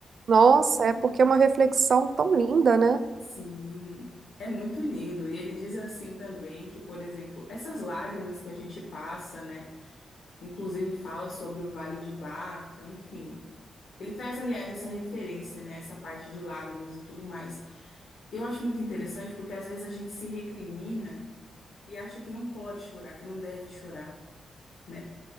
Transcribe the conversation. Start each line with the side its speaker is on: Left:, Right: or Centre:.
Right: Nossa, é porque é uma reflexão tão linda, né?
Left: Sim, é muito lindo. E ele diz assim também que, por exemplo, essas lágrimas que a gente passa, né? Inclusive fala sobre o Vale de Baca, enfim. Ele traz, aliás, essa referência, né? Essa parte de lágrimas e tudo mais. Eu acho muito interessante porque às vezes a gente se recrimina e acha que não pode chorar, que não deve chorar. né?